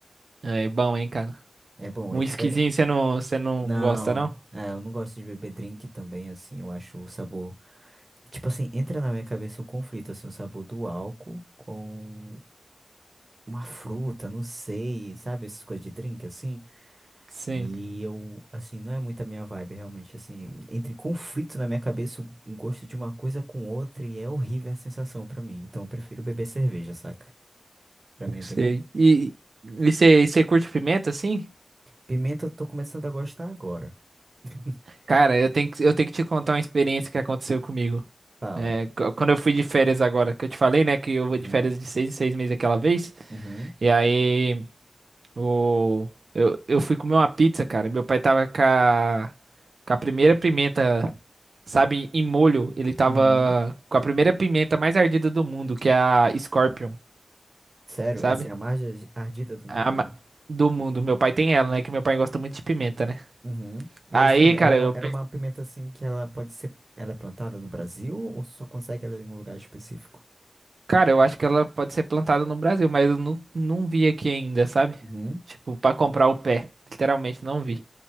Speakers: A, on the right; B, on the right.
A: É é bom, hein, cara.
B: É bom,
A: Um
B: é
A: whiskyzinho
B: diferente.
A: você não, você não
B: Não,
A: gosta, não?
B: é, eu não gosto de beber drink também, assim, eu acho o sabor. Tipo assim, entra na minha cabeça um conflito, assim, o sabor do álcool com uma fruta, não sei, sabe, essas coisas de drink, assim.
A: Sim,
B: E eu, assim, não é muito a minha vibe, realmente. Assim, entre conflito na minha cabeça, o gosto de uma coisa com outra, e é horrível a sensação pra mim. Então, eu prefiro beber cerveja, saca? Pra mim é
A: sei.
B: bem melhor.
A: E e você curte pimenta, assim?
B: Pimenta, eu tô começando a gostar agora. <laughs>
A: Cara, eu tenho que, eu tenho que te contar uma experiência que aconteceu comigo.
B: Fala.
A: É, qu- quando eu fui de férias agora, que eu te falei, né, que eu vou
B: Uhum,
A: de férias de seis em seis meses aquela vez.
B: uhum,
A: E aí, o, eu, eu fui comer uma pizza, cara. Meu pai tava com a, com a primeira pimenta, sabe, em molho. Ele tava
B: uhum.
A: com a primeira pimenta mais ardida do mundo, que é a Scorpion,
B: Sério,
A: sabe?
B: essa é a mais ar- ardida do mundo?
A: A ma- do mundo. Meu pai tem ela, né? Que meu pai gosta muito de pimenta, né?
B: Uhum. Mas,
A: Aí,
B: assim,
A: cara,
B: ela é,
A: eu
B: um, ela é uma pimenta, assim, que ela pode ser. Ela é plantada no Brasil ou só consegue ela em um lugar específico?
A: Cara, eu acho que ela pode ser plantada no Brasil, mas eu não, não vi aqui ainda, sabe?
B: Uhum,
A: Tipo, pra comprar o pé. Literalmente não vi.